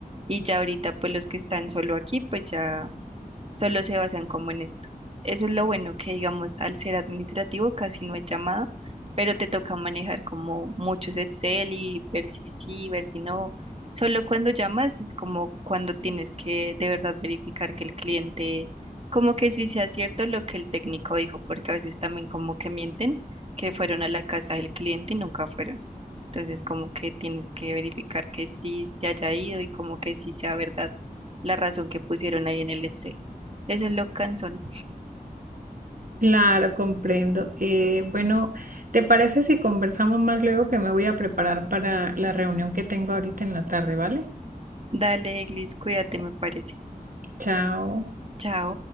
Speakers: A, on the right; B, on the right.
A: Y ya ahorita, pues los que están solo aquí, pues ya solo se basan como en esto. Eso es lo bueno que, digamos, al ser administrativo casi no es llamada, pero te toca manejar como muchos Excel y ver si sí, ver si no. Solo cuando llamas es como cuando tienes que de verdad verificar que el cliente, como que sí sea cierto lo que el técnico dijo, porque a veces también como que mienten que fueron a la casa del cliente y nunca fueron. Entonces como que tienes que verificar que sí se haya ido y como que sí sea verdad la razón que pusieron ahí en el Excel. Eso es lo cansón.
B: Claro, comprendo. Eh, bueno, ¿te parece si conversamos más luego que me voy a preparar para la reunión que tengo ahorita en la tarde, ¿vale?
A: Dale, Eglis, cuídate, me parece.
B: Chao.
A: Chao.